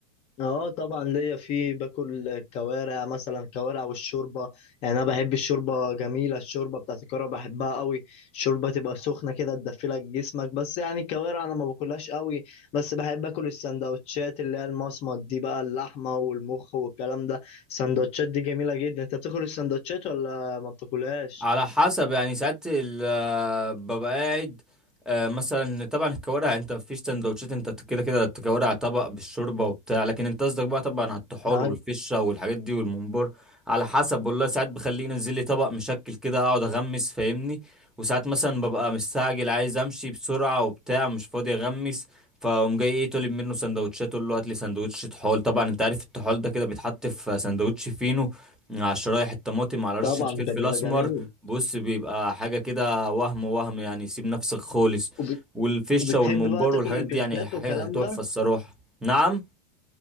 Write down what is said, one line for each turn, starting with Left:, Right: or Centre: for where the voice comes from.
Left: اه طبعا ليا في باكل كوارع مثلا كوارع والشوربه يعني انا بحب الشوربه جميله الشوربه بتاعت الكوارع بحبها قوي الشوربه تبقى سخنه كده تدفلك جسمك بس يعني الكوارع انا ما باكلهاش قوي بس بحب اكل السندوتشات اللي هي المصمت دي بقى اللحمه والمخ والكلام ده السندوتشات دي جميله جدا انت بتاكل السندوتشات ولا ما بتاكلهاش
Centre: على حسب يعني ساعات ال- ببقى قاعد آه، مثلا طبعا الكوارع انت مفيش سندوتشات انت كده كده تكوارع طبق بالشوربه وبتاع لكن انت قصدك بقى طبعا على الطحال
Left: آه،
Centre: والفشه والحاجات دي والممبار على حسب والله ساعات بخليه ينزل لي طبق مشكل كده اقعد اغمس فاهمني وساعات مثلا ببقى مستعجل عايز امشي بسرعه وبتاع مش فاضي اغمس فقوم جاي ايه طالب منه سندوتشات اقول له هات لي سندوتش طحال طبعا انت عارف الطحال ده كده بيتحط في سندوتش فينو مع شرايح الطماطم على رشه
Left: طبعا ده
Centre: فلفل
Left: بيبقى
Centre: اسمر
Left: جميل
Centre: بص بيبقى حاجة كده وهم وهم يعني سيب نفسك خالص
Left: وب-
Centre: والفشة
Left: وبتحب
Centre: والممبار
Left: بقى تاكل
Centre: والحاجات
Left: البيتزات
Centre: دي يعني هي-
Left: والكلام
Centre: هتحفة
Left: ده
Centre: الصراحة نعم